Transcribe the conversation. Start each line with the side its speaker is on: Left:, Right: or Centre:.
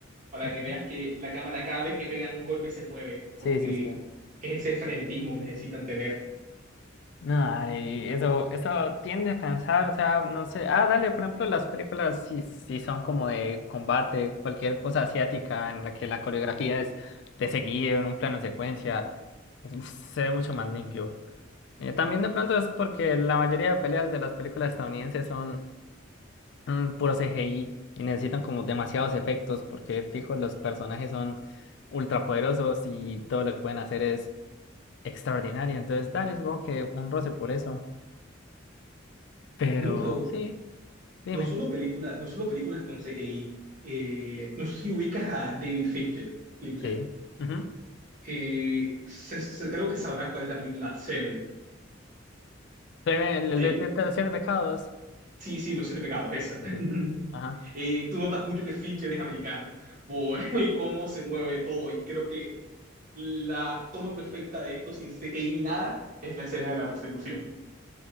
Right: para
Left: Ujú.
Right: que veas que la cámara cada vez que pegan un golpe se mueve,
Left: Sí,
Right: porque
Left: sí, sí.
Right: es ese frenetismo que necesitan tener.
Left: No, dale, eso, eso tiende a cansar, o sea, no sé. Ah, dale, por ejemplo, las películas sí, sí son como de combate, cualquier cosa asiática en la que la coreografía es de seguido, en un plano secuencia, uf, se ve mucho más limpio. Eh, también de pronto es porque la mayoría de peleas de las películas estadounidenses son mm, puro CGI y necesitan como demasiados efectos porque, fijo, los personajes son ultrapoderosos y todo lo que pueden hacer es extraordinario. Entonces, dale, supongo que un roce por eso. Pero
Right: No, pero
Left: Sí, dime.
Right: no solo películas, no solo películas con CGI. Eh, no sé si ubicas a David Fincher. Fincher.
Left: sí. Ujú.
Right: Eh, se- se- creo que sabrás cuál es la película Seven.
Left: Dime, el, el
Right: Sí,
Left: de siete, los siete pecados.
Right: sí, sí, Los Siete Pecados,
Left: Sí,
Right: esa.
Left: sí, sí.
Right: <laughs>
Left: sí. Ajá.
Right: Eh, tú notas mucho que Fincher es americano por <laughs> cómo se mueve todo y creo que la toma perfecta de esto sin CGI ni nada es la escena de la persecución.